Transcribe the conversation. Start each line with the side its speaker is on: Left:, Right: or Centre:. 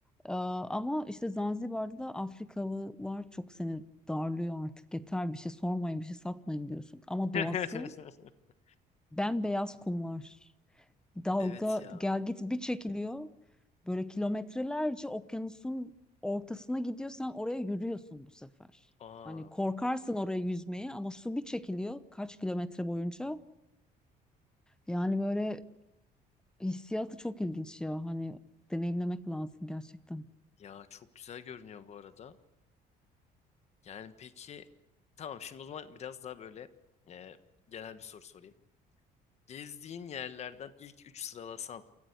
Centre: Ee, ama işte Zanzibar'da da Afrikalılar çok seni darlıyor artık. Yeter bir şey sormayın, bir şey satmayın diyorsun. Ama
Left: <laughs>
Centre: doğası bembeyaz kumlar. Dalga
Left: Evet ya.
Centre: gel git bir çekiliyor. Böyle kilometrelerce okyanusun ortasına gidiyorsan oraya yürüyorsun bu sefer.
Left: Aa.
Centre: Hani korkarsın oraya yüzmeye ama su bir çekiliyor kaç kilometre boyunca. Yani böyle Hissiyatı çok ilginç ya. Hani deneyimlemek lazım gerçekten.
Left: Ya çok güzel görünüyor bu arada. Yani peki tamam şimdi o zaman biraz daha böyle e, genel bir soru sorayım. Gezdiğin yerlerden ilk 3 sıralasan